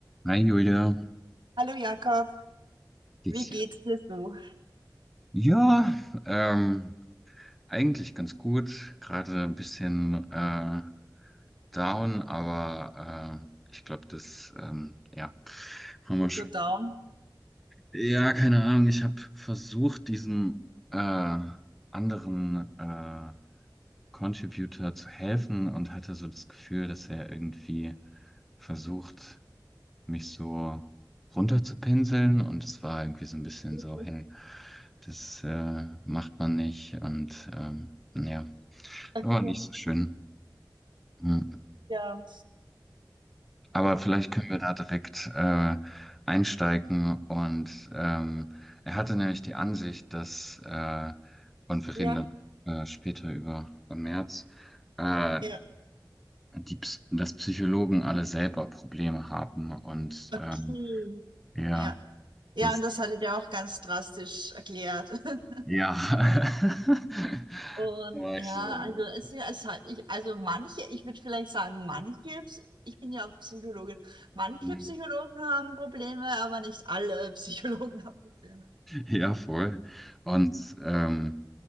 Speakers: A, in the centre; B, on the right (about 85°).
A: Hi Julia,
B: Hallo Jakob,
A: geht's
B: wie
A: dir?
B: geht's dir so?
A: Ja, ähm, eigentlich ganz gut. Gerade ein bisschen äh, down, aber äh, ich glaube, das, ähm, ja, haben wir
B: Bist
A: schon.
B: du so down?
A: Ja, keine Ahnung. Ich habe versucht, diesem äh, anderen äh, Contributor zu helfen und hatte so das Gefühl, dass er irgendwie versucht, mich so runterzupinseln und es war irgendwie so ein bisschen
B: Okay.
A: so, hey, das äh, macht man nicht und ähm, ja,
B: Okay.
A: war nicht so schön. Hm.
B: Ja.
A: Aber vielleicht können wir da direkt äh, einsteigen und ähm, er hatte nämlich die Ansicht, dass, äh, und wir
B: Ja.
A: reden dann äh, später über im März, äh,
B: Ja.
A: die, Ps- dass Psychologen alle selber Probleme haben und
B: Okay.
A: ähm, ja,
B: Ja. Ja,
A: das
B: und das hattet ihr auch ganz drastisch erklärt. <laughs>
A: Ja. <laughs>
B: Und
A: Magst
B: ja,
A: so.
B: also es, ist ja, es hat ich, also manche, ich würde vielleicht sagen, manche, Ps- ich bin ja Psychologin, manche
A: mhm.
B: Psychologen haben Probleme, aber nicht alle Psychologen <laughs> haben Probleme.
A: Ja, voll. Und ähm,